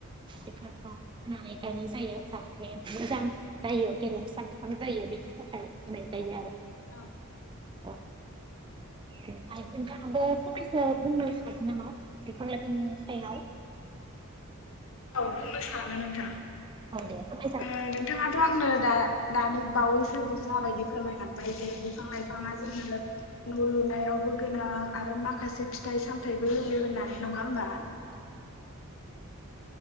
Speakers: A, on the right; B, on the left.
A: बेफोरखौ होनानै गायनाय जायो जाथे मोजां जायो गेरेमसा बिफां जायो बेनि थाखाय होनाय जायो आरो।
B: औ
A: औ बेनिफाय नोंथाङाबो फंनैसो बुंनो हागोन नामा बिफां लाइफांनि सायाव?
B: औ बुंनो सानो नोंथां।
A: औ दे फोरमायजागोन
B: ओ नोंथाङाथ' आंनो दा दानि बावैसो बि जाबादि फोरमायलांबाय बे बिफां लाइफाङा जोंनो न' लुनायावबो गोना आरो माखासे फिथाइ सामथाइबो होयो होननानै नङा होमबा?
A: औ औ।